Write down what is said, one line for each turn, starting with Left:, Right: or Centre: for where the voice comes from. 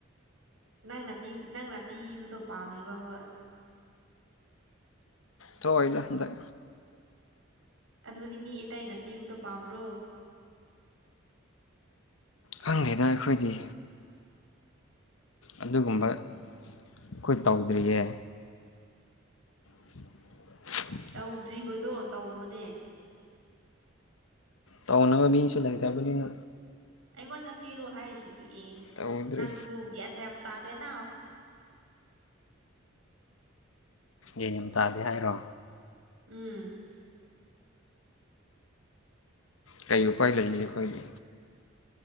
Right: ꯅꯪꯅ ꯅꯪꯅ ꯄꯤꯕꯗꯣ ꯄꯥꯝꯃꯦꯕ ꯍꯣꯏ
Left: ꯊꯣꯛꯑꯣꯏꯗꯥ ꯍꯟꯇꯛ
Right: ꯑꯗꯨꯗꯤ ꯃꯤ ꯑꯇꯩꯅ ꯄꯤꯕꯗꯣ ꯄꯥꯝꯕ꯭ꯔꯣ
Left: ꯈꯪꯗꯦꯗ ꯑꯩꯈꯣꯏꯗꯤ ꯑꯗꯨꯒꯨꯝꯕ ꯑꯩꯈꯣꯏ ꯇꯧꯗ꯭ꯔꯤꯌꯦ <inaudible>
Right: ꯇꯧꯗ꯭ꯔꯤꯕꯗꯣ ꯇꯧꯔꯣꯅꯦ
Left: ꯇꯧꯅꯕ ꯃꯤꯅꯁꯨ ꯂꯩꯇꯕꯅꯤꯅ
Right: ꯑꯩꯉꯣꯟꯗ ꯄꯤꯔꯣ ꯍꯥꯏꯔꯤꯁꯤꯗꯤ ꯑꯦ
Left: ꯇꯧꯗ꯭ꯔꯤ
Right: ꯅꯪ ꯂꯨ ꯒ꯭ꯌꯥꯟ ꯇ ꯌꯥꯝ ꯇꯥꯗꯦꯅ
Left: ꯌꯦꯅꯤꯝ ꯇꯥꯗꯦ ꯍꯥꯏꯔꯣ
Right: ꯎꯝ
Left: ꯀꯩ ꯎꯄꯥꯢ ꯂꯩꯔꯤ ꯑꯩꯈꯣꯏꯗꯤ